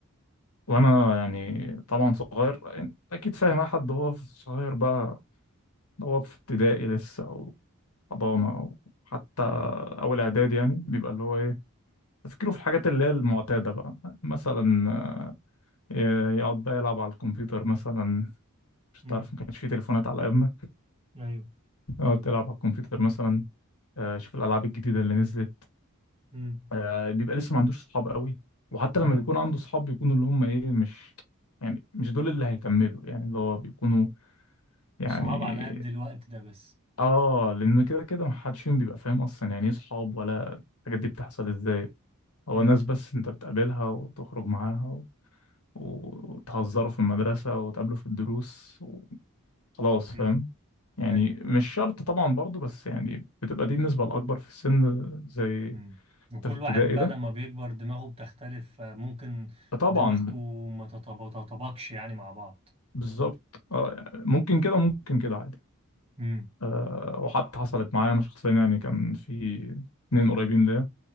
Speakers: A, on the left; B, on the right.
A: وانا يعني طبعا صغير أنت اكيد فاهم اي حد هو في- صغير بقى هو في ابتدائي لسه او حضانه او حتى
B: امم
A: اول اعداد يعني بيبقى اللي هو ايه تفكيره في الحاجات اللي هي المعتاده بقى مثلا آه، يقعد بقى يلعب على الكمبيوتر مثلا مش
B: امم
A: تعرف ما كانش في تليفونات على ايامنا
B: ايوه
A: اقعد تلعب على الكمبيوتر مثلا آه، شوف الالعاب الجديده اللي نزلت
B: امم
A: آه، بيبقى لسه ما عندوش صحاب قوي وحتى
B: ايوه
A: لما بيكون عنده صحاب بيكونوا اللي هم ايه مش يعني مش دول اللي هيكملوا يعني اللي هو بيكونوا يعني
B: الصحاب على قد الوقت ده بس
A: اه لان كده كده ما حدش فيهم بيبقى فاهم اصلا يعني ايه صحاب ولا الحاجات دي بتحصل ازاي هو
B: امم
A: ناس بس انت بتقابلها وتخرج معاها و... وتهزروا في المدرسة وتقابلوا في الدروس خلاص فاهم
B: امم
A: يعني
B: ايوه
A: مش شرط طبعا برضو بس يعني بتبقى دي النسبة الأكبر في السن زي
B: امم وكل
A: انت في ابتدائي
B: واحد بقى
A: ده
B: لما بيكبر دماغه بتختلف ممكن
A: طبعا
B: دماغكم ما تتطابقش يعني مع بعض
A: بالظبط آه، ممكن كده وممكن كده عادي
B: امم
A: آه، وحتى حصلت معايا أنا شخصيا يعني كان في اتنين قريبين ليا